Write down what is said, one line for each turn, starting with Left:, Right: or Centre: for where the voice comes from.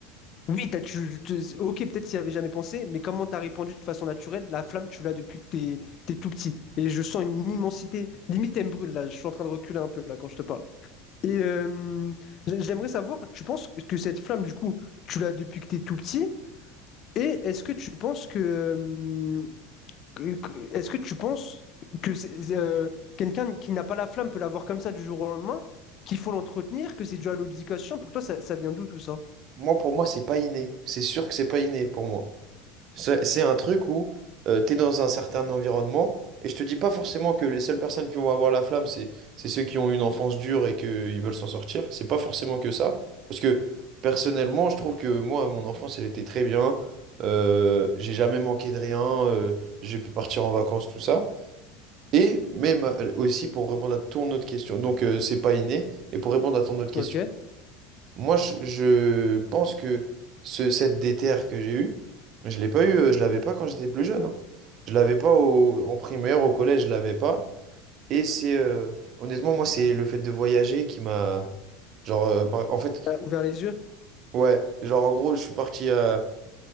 Left: Oui, t'as, tu, tu- c'est- ok, peut-être s'il y avait jamais pensé, mais comment t'as répondu de façon naturelle, la flamme, tu l'as depuis que t'es, t'es tout petit. Et je sens une immensité. Limite, elle me brûle, là. Je suis en train de reculer un peu, là, quand je te parle. Et euh, j'a- j'aimerais savoir, tu penses que cette flamme, du coup, tu l'as depuis que t'es tout petit? Et est-ce que tu penses que, euh, que- que- est-ce que tu penses que c'est, euh, quelqu'un qui n'a pas la flamme peut l'avoir comme ça du jour au lendemain, qu'il faut l'entretenir, que c'est dû à l'éducation? Pour toi, ça, ça vient d'où tout ça?
Right: Moi, pour moi, c'est pas inné. C'est sûr que c'est pas inné pour moi. C'est c'est un truc où euh, t'es dans un certain environnement, et je te dis pas forcément que les seules personnes qui vont avoir la flamme, c'est c'est ceux qui ont une enfance dure et qu'ils veulent s'en sortir. C'est pas forcément que ça, parce que personnellement, je trouve que moi, mon enfance, elle était très bien. Euh, j'ai jamais manqué de rien, euh, j'ai pu partir en vacances, tout ça. Et même euh, aussi pour répondre à ton autre question, donc euh, c'est pas inné, et pour répondre à ton autre question.
Left: Ok.
Right: Moi, je, je pense que ce, cette déterre que j'ai eue, je l'ai pas eu, euh, je l'avais pas quand j'étais plus jeune. hein. Je l'avais pas au- en primaire, au collège, je l'avais pas. Et c'est euh, honnêtement, moi, c'est le fait de voyager qui m'a genre euh, par- en fait,
Left: T'as ouvert les yeux.
Right: ouais, genre en gros, je suis parti à